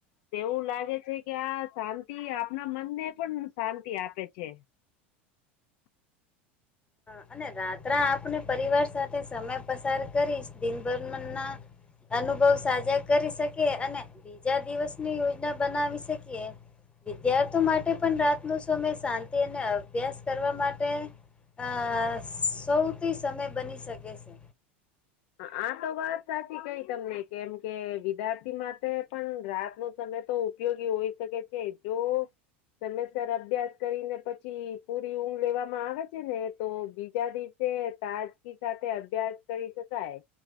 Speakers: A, on the left; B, on the left.
A: તેવું લાગે છે કે આ શાંતિ આપણા મનને પણ શાંતિ આપે છે.
B: હ અને રાત્રે આપને પરિવાર સાથે સમય પસાર કરીશ દિનભરમ ના અનુભવ સાજા કરી શકે અને બીજા દિવસની યોજના બનાવી શકીએ-' વિદ્યાર્થી માટે પણ રાતનો સમય શાંતિ અને અભ્યાસ કરવા માટે અ સૌથી સમય બની શકે છે.
A: હ આ તો વાત સાચી કઈ તમને કેમ કે વિદ્યાર્થી માટે પણ રાત નો સમય તો ઉપયોગી હોઈ શકે છે જો સમય સર અભ્યાસ કરીને પછી પૂરી ઊંઘ લેવામાં આવે છે ને તો બીજા દિવસ તે તાજગી સાથે અભ્યાસ કરી શકાય.